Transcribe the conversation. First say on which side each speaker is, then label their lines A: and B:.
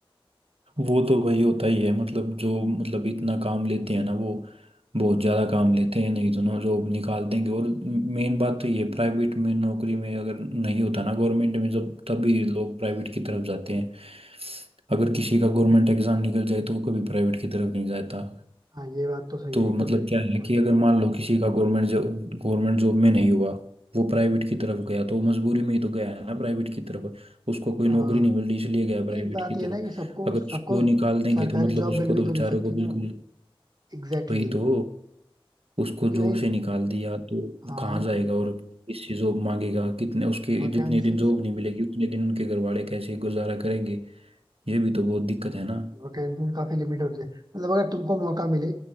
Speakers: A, on the right (about 80°); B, on the right (about 45°).
A: वो तो वही होता ही है मतलब जो मतलब इतना काम लेते हैं ना वो बहुत ज़्यादा काम लेते हैं नहीं तो ना जॉब निकाल देंगे और मेन बात तो ये प्राइवेट में नौकरी में अगर नहीं होता ना गवर्नमेंट में जब तभी लोग प्राइवेट की तरफ जाते हैं अगर किसी का गवर्नमेंट
B: Exactly.
A: एग्ज़ाम निकल जाए तो वो कभी प्राइवेट की तरफ नहीं जाता
B: हाँ ये बात तो सही
A: तो
B: है एकदम
A: मतलब
B: सही
A: क्या
B: है तुम्हारी
A: है कि अगर मान लो किसी का गवर्नमेंट जॉब गवर्नमेंट जॉब में नहीं हुआ वो प्राइवेट की तरफ गया तो वो मजबूरी में ही तो गया है ना प्राइवेट की तरफ उसको कोई
B: हाँ
A: नौकरी नहीं मिल रही इसलिए गया प्राइवेट
B: नहीं बात
A: की
B: ये है
A: तरफ
B: ना कि सबको
A: अगर
B: सबको
A: उसको निकाल देंगे
B: सरकारी
A: तो मतलब
B: जॉब
A: उसको
B: मिल भी
A: तो
B: तो
A: बेचारे
B: नहीं सकती
A: को
B: ना
A: बिल्कुल
B: Exactly
A: वही
B: exactly.
A: तो उसको
B: क्योंकि
A: जॉब
B: भाई
A: से निकाल दिया तो वो
B: हाँ
A: कहाँ जाएगा और किससे जॉब मांगेगा कितने उसके
B: वैकेंसीज
A: जितने दिन जॉब नहीं मिलेगी उतने दिन उनके घर वाले कैसे गुजारा करेंगे ये भी तो बहुत दिक्कत है ना
B: वैकेंसीज काफी लिमिट होती है मतलब अगर तुमको मौका मिले